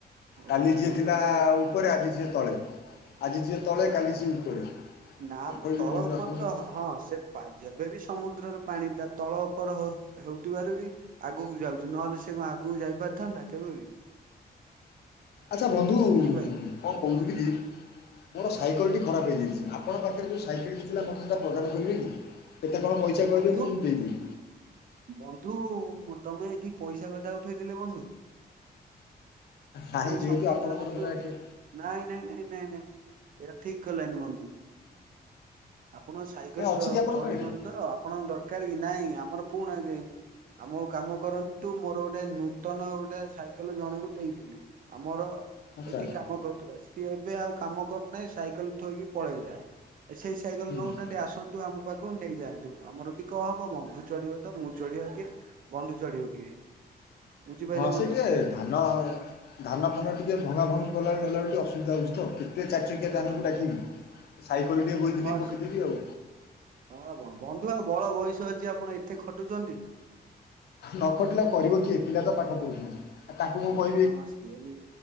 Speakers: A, on the right (about 55°); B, on the left (about 75°).
A: ଓହୋ
B: କାଲି ଯିଏ
A: ବନ୍ଧୁ
B: ଥିଲା
A: ତାହେଲେ
B: ଆଉ ଉପରେ ଆଜି ସିଏ ତଳେ। ଆଜି ଯିଏ ତଳେ
A: ଓହୋ।
B: କାଲି ସିଏ ଉପରେ। କଣ
A: ନା ମ
B: କହିବି
A: ତଳ
B: ବନ୍ଧୁ
A: ଉପର
B: ଆପଣଙ୍କୁ।
A: ତ ହଁ ସେ <unintelligible> ପାଇଁ ବି ସମୁଦ୍ରରୁ ପାଣି ତା ତଳ ଉପର ହେଉଥିବାରୁ ବି ଆଗକୁ ଯାଉଚି ନହେଲେ ସେ କଣ ଆଗକୁ ଯାଇ ପାରିଥାନ୍ତା କେବେ ବିି।
B: ଆଚ୍ଛା ବନ୍ଧୁ
A: ବୁଝିପାରିଲେ
B: କଣ କହୁଥିଲି
A: ହଁ
B: କି ମୋର ସାଇକଲ୍
A: ହଁ
B: ଟି ଖରାପ ହେଇଯାଇଚି। ଆପଣଙ୍କ ପାଖରେ ଯୋଉ ସାଇକେଲଟି ଥିଲା ମୋତେ ସେଟା ପ୍ରଦାନ କରିବେ କି? କେତେ କଣ ପଇସା କହିଲେ
A: ବନ୍ଧୁ
B: ମୁଁ ଦେଇଦେବି।
A: ବନ୍ଧୁ ତମେ ଏଠି ପଇସା କଥା ଉଠେଇ ଦେଲେ ବନ୍ଧୁ।
B: ନାହିଁ
A: ଏଇ
B: ଯେହେତୁ
A: ସମ୍ପର୍କରେ
B: ଆପଣଙ୍କର
A: ବନ୍ଧୁତ୍ଵ
B: ସେଟା କିଏ
A: ନାଇଁ ନାଇଁ ନାଇଁ ନାଇଁ ନାଇଁ ଏଇରା ଠିକ୍ କଲେନି ବନ୍ଧୁ। ଆପଣ ସାଇକେଲ
B: କାଇଁ ଅଛି
A: ଚ
B: କି ଆପଣଙ୍କ
A: ଚଢୁଛନ୍ତି
B: ପାଖରେ?
A: ତ ଆପଣଙ୍କ ଦରକାର କି ନାଇଁ ଆମର ପୁରୁଣା କାଇଁ ଆମ କୁ କାମ କରନ୍ତୁ ମୋର ଗୋଟେ ନୂତନ ଗୋଟେ ସାଇକେଲ ଜଣକୁ ଦେଇଥିଲି ଆମର
B: ଆଚ୍ଛା
A: ଏଠି କାମ କରୁଥିଲା। ସିଏ ଏବେ ଆଉ କାମ କରୁନାହିଁ ସାଇକେଲ ଥୋଇକି ପଳେଇଲା। ସେଇ ସାଇକେଲ
B: ହୁଁ
A: ନଉନାହାନ୍ତି। ଆସନ୍ତୁ ଆମ ପାଖରୁ ନେଇଯାନ୍ତୁ। ଆମର ବି କଣ ହବ। ବନ୍ଧୁ ଚଢିବ ତ ମୁଁ ଚଢିବା କିଏ ବନ୍ଧୁ ଚଢିବ କିଏ। ବୁଝିପାରିଲେ
B: ହଁ ସେ
A: ବନ୍ଧୁ।
B: ଟିକେ ଧାନ ଧାନ ଫାନ ଟିକେ ଭଙ୍ଗା ଭଙ୍ଗି କଲା ବେଳୁ ନେଲା ବେଳକୁ ଟିକେ ଅସୁବିଧା ହଉଚି ତ। ଚାରି ଚକିଆ ଯାନକୁ
A: ଓହୋ।
B: ଡାକିବି। ସାଇକେଲ ଟିଏ ବୋହିକି
A: ହଁ
B: ନେଇକି ପକେଇଦେବି ଆଉ।
A: ହଁ ବନ୍ଧୁ ଆଉ ବଳ ବୟସ ଅଛି ଆପଣ ଏତେ ଖଟୁଛନ୍ତି?
B: ନ ଖଟିଲେ ଆଉ କରିବ କିଏ? ପିଲା ତ ପାଠ ପଢ଼ୁଛନ୍ତି। ତାକୁ ମୁଁ କହି
A: ହଁ ସିଏ ବି